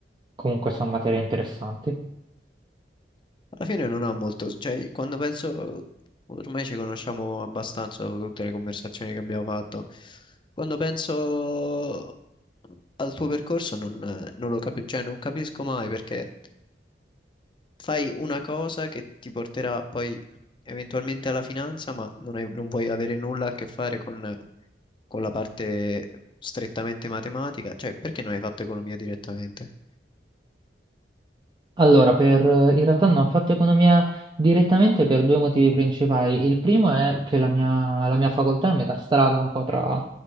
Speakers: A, on the right (about 25°); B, on the left (about 25°).
A: comunque sono materie interessanti.
B: Alla fine non ha molto, cioè, quando penso, ormai ci conosciamo abbastanza dopo tutte le conversazioni che abbiamo fatto. Quando penso al tuo percorso non, non lo capisco, cioè, non capisco mai perché fai una cosa che ti porterà poi eventualmente alla finanza, ma non hai- non vuoi avere nulla a che fare con, con la parte strettamente matematica. Cioè, perché non hai fatto economia direttamente?
A: Allora, per, in realtà non ho fatto economia direttamente per due motivi principali. Il primo è che la mia, la mia facoltà è a metà strada un po' tra